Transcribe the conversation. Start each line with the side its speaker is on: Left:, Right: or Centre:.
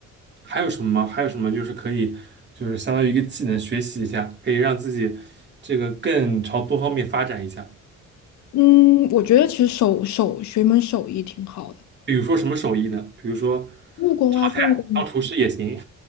Right: 还有什么吗？还有什么就是可以就是相当于一个技能学习一下，可以让自己这个更朝多方面发展一下。
Left: 嗯，我觉得其实手手学一门手艺挺好的，
Right: 比如说什么手艺呢？比如说
Left: 木工啊、
Right: 炒菜，
Left: 电工
Right: 当厨师也行。